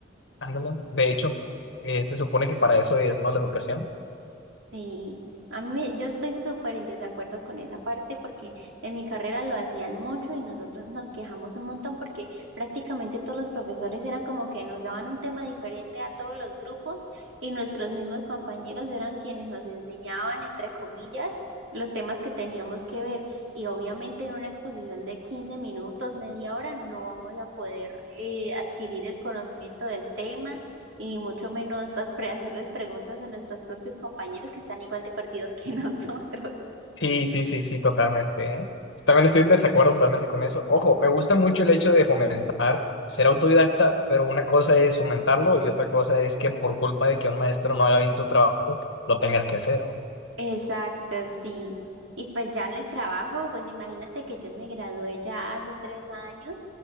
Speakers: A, on the left (about 65°); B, on the right (about 80°).
A: ándale. De hecho, eh, se supone que para eso es, ¿no? La educación.
B: Sí, a mí me- yo estoy súper en desacuerdo con esa parte porque en mi carrera lo hacían mucho y nosotros nos quejamos un montón porque prácticamente todos los profesores eran como que nos daban un tema diferente a todos los grupos y nuestros mismos compañeros eran quienes nos enseñaban, entre comillas, los temas que teníamos que ver y obviamente en una exposición de 15 minutos, media hora, no vamos a poder eh, adquirir el conocimiento del tema y mucho menos va- pre- hacerles preguntas a nuestros propios compañeros que están igual de perdidos que <laughs> nosotros.
A: Sí, sí, sí, sí, totalmente, ¿eh? También estoy en desacuerdo totalmente con eso. Ojo, me gusta mucho el hecho de fomentar, ser autodidacta, pero una cosa es fomentarlo y otra cosa es que por culpa de que un maestro no haga bien su trabajo, lo tengas que hacer. ¿no?
B: Exacto, sí. Y pues ya en el trabajo, bueno, imagínate que yo me gradué ya hace tres años